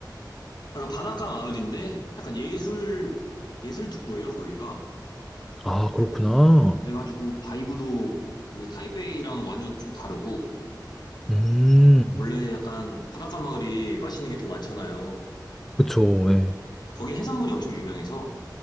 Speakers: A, on the left; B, in the centre.
A: 약간 바닷가 마을인데 약간 예술 예술 특구예요 거기가
B: 아, 그렇구나.
A: 그래가지고 바이브도 그 타이베이랑 완전 좀 다르고
B: 음.
A: 원래 약간 바닷가 마을이 맛있는 게 더 많잖아요
B: 그쵸. 예.
A: 거긴 해산물이 엄청 유명해서